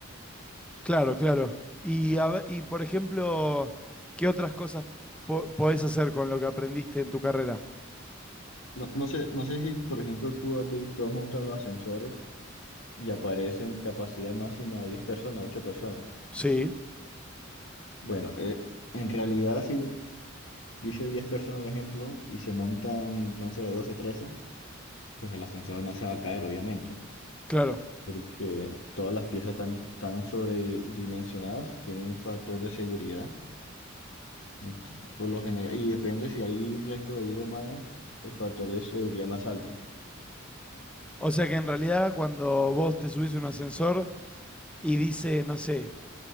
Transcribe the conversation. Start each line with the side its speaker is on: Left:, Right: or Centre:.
Centre: Claro, claro. Y, a ve- y por ejemplo, ¿qué otras cosas po- podés hacer con lo que aprendiste en tu carrera?
Left: No, no sé, no sé si, por ejemplo, tú has, vi- tú has montado los ascensores y aparecen capacidad máxima de 10 personas, 8 personas.
Centre: Sí,
Left: Bueno, eh, en realidad si dice 10 personas, por ejemplo, y se montan, no sé, doce trece pues el ascensor no se va a caer, obviamente.
Centre: claro.
Left: porque todas las piezas tan tan sobredimensionadas, tienen un factor de seguridad, ent- por lo general, y depende si hay riesgo de vida humana, el factor de seguridad más alto.
Centre: O sea que en realidad cuando vos te subís a un ascensor y dice, no sé,